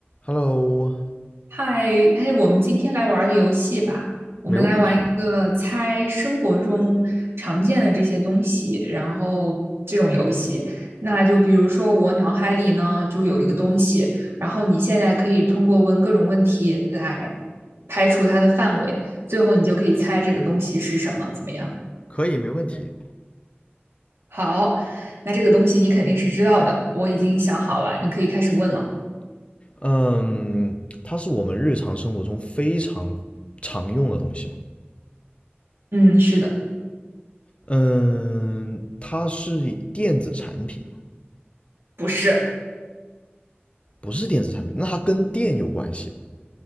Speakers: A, on the left; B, on the right.
A: Hello，
B: 嗨，哎，我们今天来玩儿个游戏吧。我们来玩一个猜生活中常见的这些东西，
A: 没问题。
B: 然后这种游戏。那就比如说，我脑海里呢就有一个东西，然后你现在可以通过问各种问题来排除它的范围，最后你就可以猜这个东西是什么，怎么样？
A: 可以，没问题。
B: 好，那这个东西你肯定是知道的，我已经想好了，你可以开始问了。
A: 嗯，它是我们日常生活中非常常用的东西嘛。
B: 嗯，是的，
A: 嗯，它是电子产品嘛？
B: 不是，
A: 不是电子产品，那它跟电有关系吗？